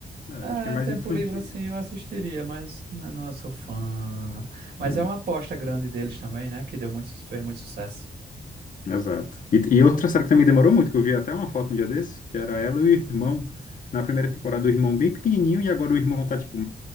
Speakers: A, on the left; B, on the right.
A: é, eu
B: é,
A: acho que é mais
B: tempo
A: infantil.
B: livre assim
A: mesmo.
B: eu assistiria, mas n- não, sou fã, não. Mas
A: né.
B: é uma aposta grande deles também, né? Que deu muito, su- fez muito sucesso.
A: Exato. E, e outra série que também demorou muito, que eu vi até uma foto um dia desse, que era ela e o irmão. Na primeira temporada, o irmão bem pequenininho, e agora o irmão tá, tipo,